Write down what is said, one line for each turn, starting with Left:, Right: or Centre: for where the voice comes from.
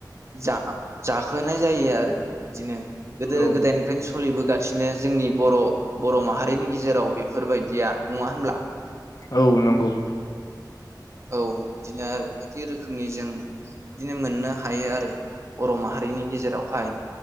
Right: जा जाहोनाय जायो आरो। बिदिनो गोदो
Left: औ
Right: गोदायनिफ्रायनो सोलिबोगासिनो जोंनि बर' बर' माहारिनि गेजेराव बे। फोरबायदिया नङा होनब्ला।
Left: औ नंगौ।
Right: औ बिदिनो आरो बायदि रोखोमनि जों बिदिनो मोननो हायो आरो बर' माहारि। बैनि गेजेरावहाय